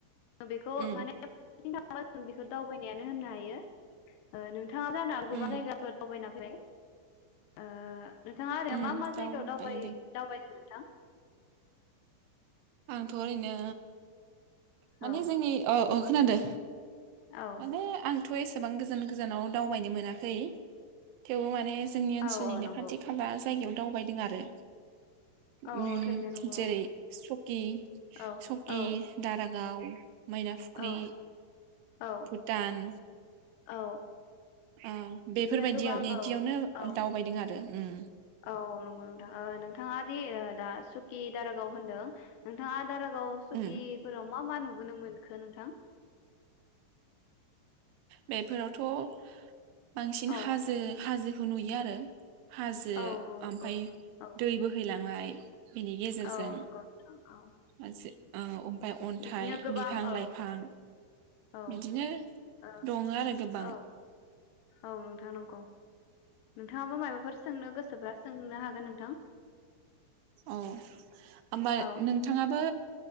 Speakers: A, on the left; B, on the right.
A: बेखौ
B: उम
A: माने <unintelligible> जों बेखौ दावबायनायानो होननो हायो ओ नों नोंथाङा जानो हागौ गोबां
B: उम
A: जायगाफोर दावबायना फैबाय आ नोंथाङा आरो
B: उम
A: मा मा जायगायावाव दावबाय
B: दे
A: दावबायखो थां
B: आंथ ओरैनो माने
A: औ
B: जोंनि ओ ओ खोनादो
A: औ
B: माने आं थ एसेबां गोजान गोजानाव दावबायनो मोनाखै थेवबो माने जोंनि ओनसोलनिनो
A: औ औ नंगौ
B: खाथि खाला जायगायाव दावबायदों आरो
A: औ
B: ओम
A: औ थारैनो नंगौ
B: जेरै सुक सकि,
A: औ औ
B: दारागाव। <inaudible> मैना फुख्रि।
A: औ औ
B: भुटान।
A: औ।
B: औ
A: बिदिनो
B: बेफोर बायदियाव
A: गोबां
B: बिदियावनो
A: औ औ
B: दावबायदों आरो। उम।
A: औ नंगौ नोंथां ओ नोंथाङा दि ओ दा सुकि, दारागाव होनदों नोंथाङा दारा गाव सखिफोराव
B: उम
A: मा मा नुुबोनो मोनखो नोंथां?
B: बेफोरावथ'। बांसिन
A: औ
B: हाजो हाजो नुयो आरो। हाजो
A: औ नंगौ
B: ओमफ्राय
A: औ
B: दै बोहैलांनाय बिनि गेजेरजों
A: औ नंगौ नोंथां औ
B: हाज औ। ओमफ्राय अन्थाइ,
A: बिदिनो गोबां
B: बिफां,
A: औ
B: लाइफां
A: ओ
B: बिदिनो
A: औ
B: दङ आरो गोबां
A: औ औ नोंथां। नंगौ। नोंथाङाबो माबाफोर सोंनो गोसोबा सोंनो हागोन। नोंथां।
B: अ होनबा
A: औ
B: नोंथाङाबो